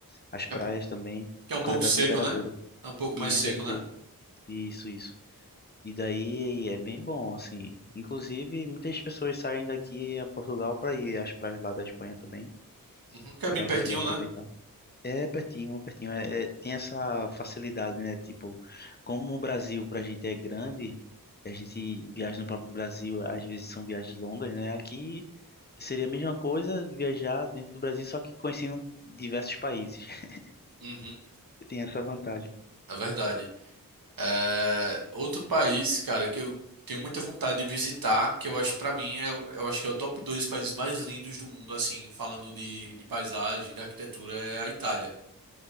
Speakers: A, on the left; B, on the right.
A: as praias
B: É porque
A: também,
B: é um
A: por
B: pouco
A: causa da
B: seco,
A: temperatura.
B: né? É um pouco
A: Isso,
B: mais seco,
A: é
B: né?
A: ser- isso, isso. E daí é bem bom, assim. Inclusive, muitas pessoas saem daqui a Portugal para ir às praias lá da Espanha também,
B: Uhum. Porque é
A: para
B: bem pertinho,
A: poder aproveitar.
B: né?
A: É pertinho, pertinho. É, é- tem essa facilidade, né? Tipo, como o Brasil pra gente é grande, a gente viaja no próprio Brasil, às vezes são viagens longas, né? Aqui seria a mesma coisa viajar dentro do Brasil, só que conhecendo diversos países. <laughs>
B: Uhum.
A: Tem essa vantagem.
B: É verdade. É, Outro país, cara, que eu tenho muita vontade de visitar, que eu acho pra mim, é, o- eu acho que é o top dois países mais lindos do mundo, assim, falando de, de paisagem, de arquitetura, é a Itália.